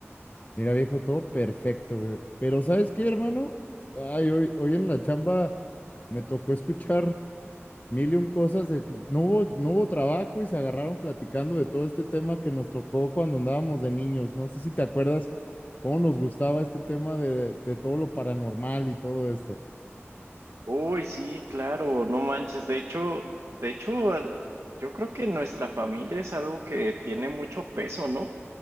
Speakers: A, on the left; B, on the right.
A: Mira, viejo, todo perfecto, güey. Pero ¿sabes qué, hermano? Ay, hoy, hoy en la chamba me tocó escuchar mil y un cosas de que no hubo, no hubo trabajo y se agarraron platicando de todo este tema que nos tocó cuando andábamos de niños. No sé si te acuerdas cómo nos gustaba este tema de, de todo lo paranormal y todo esto.
B: Uy, sí, claro, no manches. De hecho, de hecho, al- yo creo que nuestra familia es algo que tiene mucho peso, ¿no?